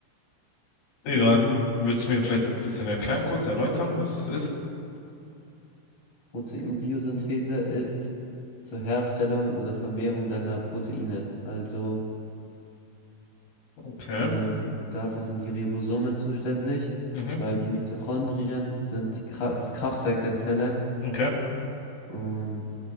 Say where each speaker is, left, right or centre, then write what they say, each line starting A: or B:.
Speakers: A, on the left; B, on the left.
A: Egal.
B: Hm,
A: Willst du mir vielleicht ein bisschen erklären, kurz erläutern, was es ist?
B: Proteinbiosynthese ist zur Herstellung oder Vermehrung deiner Proteine. Also
A: Okay.
B: ähm, dafür sind die Ribosomen zuständig,
A: Mhm.
B: weil die Mitochondrien sind die Kra das Kraftwerk der Zelle.
A: Okay.
B: Und